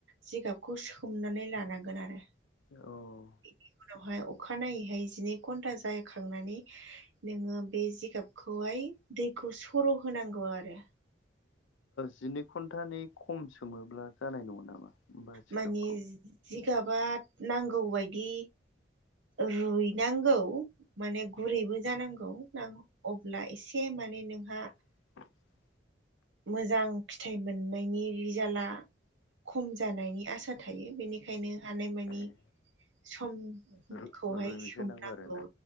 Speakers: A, on the right; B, on the left.
A: जिगाबखौ सोमनानै लानांगोन आरो
B: औ
A: बेनि उनावहाय अखानायनायैहाय जिनै घन्टा जाखांनानै नोङो बे जिगाबखौहाय दैखौ सर' होनांगौ आरो
B: जिनै घन्टानि खम सोमोब्ला जानाय नङा नामा होमबा जिगाबखौ
A: माने जिगाबा नांगौबायदि रुइनांगौ माने गुरैबो जानांगौ न अब्ला एसे माने नोंहा
B: <unintelligible>
A: मोजां फिथाइ मोननायनि रिजाल्टआ खम दानायनि आसा थायो बेनिखायनो हानायमानि
B: ए
A: समखौहाय
B: रुइहोनांगौ
A: सोमनांगौ
B: आरोना